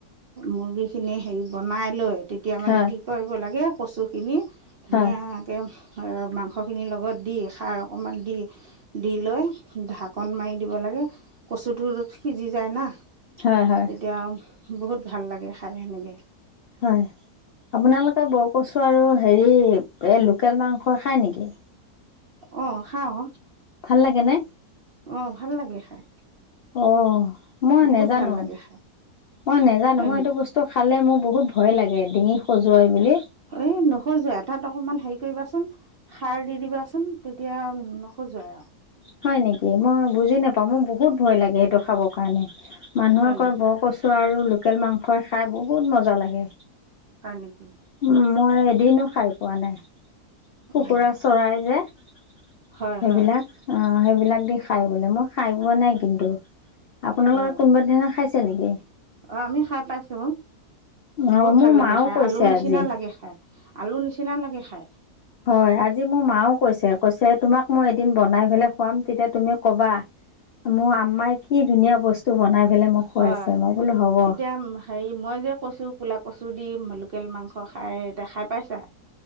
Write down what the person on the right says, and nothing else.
মুৰ্গী খিনি হেৰিত বনাই লৈ তেতিয়া মানে
কি কৰিব লাগে কচুখিনি ধুনীয়াকে
মাংসখিনিৰ লগত দি, খাৰ অকণমান দি, দি লৈ ঢাকন মাৰি দিব লাগে, কচুটো সিজি যায় না।
তেতিয়া বহুত ভাল লাগে খাই সেনেকে।
অ' খাওঁ।
অ' ভাল লাগে খাই।
বহুত
ভাল লাগে খাই
হয়
ই নখজুৱায়, তাত অকমান হেৰি কৰিবাচোন, সাৰ দি দিবাচোন, তেতিয়া নখজুৱাই আৰু।
হয় নেকি
হয় নেকি?
অঁ
হয় হয়
হয়
অ', আমি খাই পাইছো। বহুত
ভাল লাগে
খাই,
আলুৰ নিচিনা
লাগে খাই। আলুৰ নিচিনা লাগে খাই।
হয়,
এতিয়া হেৰি মই যে কৈছো কুলা কচু দি লোকেল মাংস খাই, এইটা খাই পাইছা?